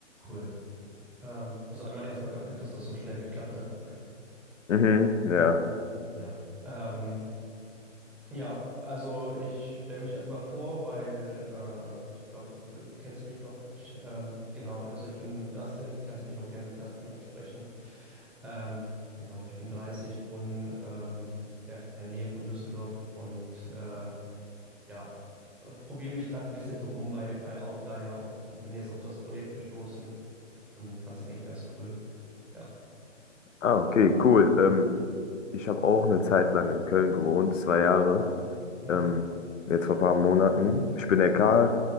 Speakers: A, in the centre; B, on the left.
A: Cool. Ähm, also einmal erstmal danke, dass das so schnell geklappt hat.
B: Mhm, ja.
A: Ja. Ähm, ja, also ich stelle mich erstmal vor, weil äh, ich glaube, du k- kennst mich noch nicht. Ähm, genau, also ich bin Dustin, kannst mich auch gerne mit Dustin ansprechen. Ähm, genau, ich bin 30, wohne ähm, ja, in der Nähe von Düsseldorf und äh, ja, probiere mich gerade ein bisschen so rum bei, bei Outlier und bin jetzt auf das Projekt gestoßen und fand es eigentlich ganz cool. Ja.
B: Ah, okay, cool. Ähm, ich habe auch eine Zeit lang in Köln gewohnt, zwei Jahre.
A: Mhm.
B: Ähm, jetzt vor ein paar Monaten. Ich bin der Karl,